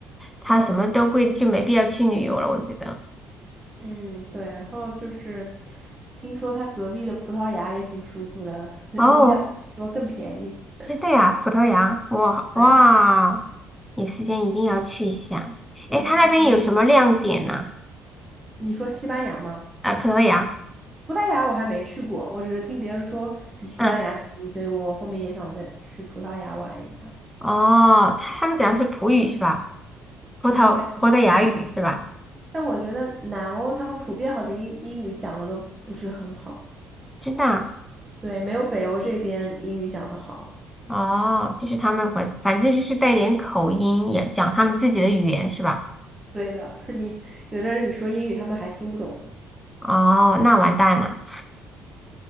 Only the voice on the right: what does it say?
<laughs>，对，
嗯，对。然后就是听说他隔壁的葡萄牙也挺舒服的，<laughs>
物价好像说更便宜。
对，
对，
有时间。你说西班牙吗？
葡萄牙我还没去过，我只是听别人说比西班牙便宜，
所以我后面也想再去葡萄牙玩一下。
应该是，但我觉得南欧他们普遍好像英英语讲的都不是很好，
对，没有北欧这边英语讲的好。
对的，<laughs> 你有的人你说英语他们还听不懂，